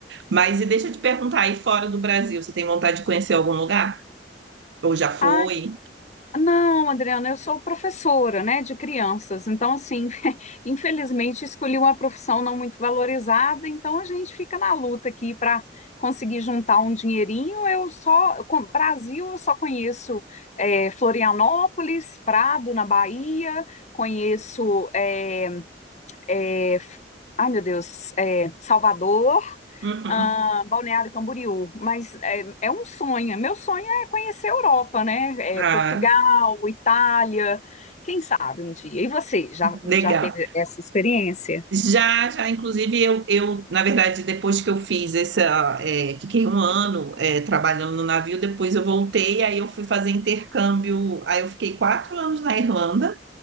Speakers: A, on the right; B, on the left.
A: Mas e deixa eu te perguntar, aí fora do Brasil, você tem vontade de conhecer algum lugar? Ou já foi?
B: Ah, Não, Adriana, eu sou professora, né, de crianças. Então, assim, <laughs> infelizmente escolhi uma profissão não muito valorizada, então a gente fica na luta aqui para conseguir juntar um dinheirinho. Eu só, com- Brasil, eu só conheço eh, Florianópolis, Prado, na Bahia, conheço eh, é, ai meu Deus, é, Salvador,
A: Uhum.
B: ah, Balneário Camboriú, mas é, é um sonho. Meu sonho é conhecer a Europa, né? É,
A: Ah,
B: Portugal, Itália, quem sabe um dia. E você já,
A: legal.
B: já teve essa experiência?
A: Já, já, inclusive, eu, eu, na verdade, depois que eu fiz essa, é, fiquei um ano, é, trabalhando no navio, depois eu voltei, aí eu fui fazer intercâmbio, aí eu fiquei quatro anos na Irlanda.